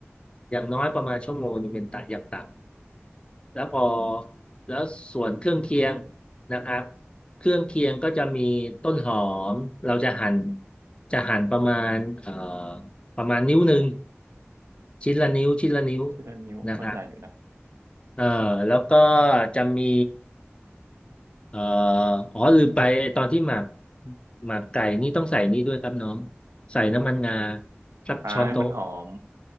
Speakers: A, on the left; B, on the right.
A: อย่างน้อยประมาณชั่วโมงหนึงเป็นตัอย่างต่ำแล้วพอแล้วส่วนเครื่องเคียงนะครับเครื่องเคียงก็จะมีต้นหอมเราจะหั่นจะหั่นประมาณเอ่อประมาณนิ้วหนึ่งชิ้นละนิ้วชิ้นละนิ้ว
B: ชิ้นะนิ้วก็ใหญ่อยู่นะ
A: นะครับ เออแล้วก็จะมีเอ่ออ๋อลืมไปตอนที่หมักหมักไก่นี่ต้องใส่นี่ด้วยครับน้องใส่น้ำมันงาสักช้อนโต๊ะ
B: อ่าให้มันหอม